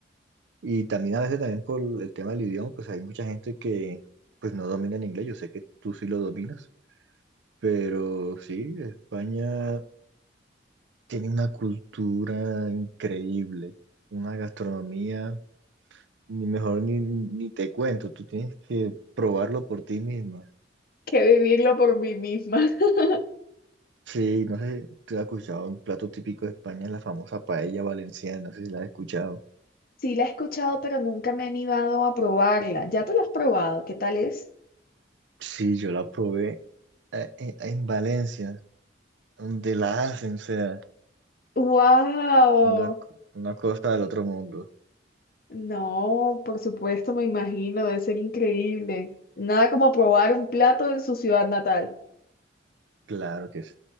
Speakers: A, on the right; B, on the left.
A: Y también a veces también por el tema del idioma, pues hay mucha gente que pues no domina el inglés, yo sé que tú sí lo dominas, pero sí, España tiene una cultura increíble, una gastronomía, ni mejor ni, ni te cuento, tú tienes que probarlo por ti misma.
B: que vivirlo por mí misma. <laughs>
A: Sí, no sé si te has escuchado un plato típico de España, la famosa paella valenciana, no sé si la has escuchado.
B: Sí, la he escuchado, pero nunca me he animado a probarla. ¿Ya tú la has probado? ¿Qué tal es?
A: Sí, yo la probé eh, en, en Valencia, donde la hacen, o sea,
B: Wow,
A: una, co- una cosa del otro mundo.
B: no, por supuesto, me imagino, debe ser increíble. Nada como probar un plato en su ciudad natal.
A: Claro que sí.